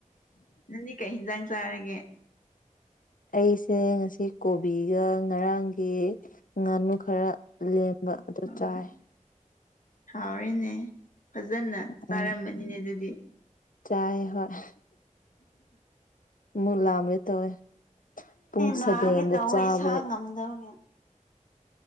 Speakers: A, on the left; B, on the left.
A: ꯅꯪꯗꯤ ꯀꯩ ꯍꯤꯟꯖꯥꯡ ꯆꯥꯔꯒꯦ
B: ꯑꯩꯁꯦ ꯉꯁꯤ ꯀꯣꯕꯤꯒ ꯉꯔꯥꯡꯒꯤ ꯉꯥꯅꯨ ꯈꯔ ꯂꯦꯝ ꯑꯗꯨ
A: ꯑꯣ
B: ꯆꯥꯏ
A: ꯍꯥꯎꯔꯦꯅꯦ ꯐꯖꯅ ꯆꯥꯔꯝꯃꯅꯤꯅꯦ
B: ꯎꯝ
A: ꯑꯗꯨꯗꯤ
B: ꯆꯥꯏ ꯍꯣꯏ ꯃꯨ ꯂꯝꯒꯦ ꯇꯧꯋꯦ ꯄꯨꯡ
A: ꯅꯥꯒꯦ
B: ꯁꯕꯦꯟꯗ
A: ꯇꯧꯋꯦ
B: ꯆꯥꯕꯒꯤ
A: ꯏꯁꯥ ꯉꯝꯗꯕꯒꯤ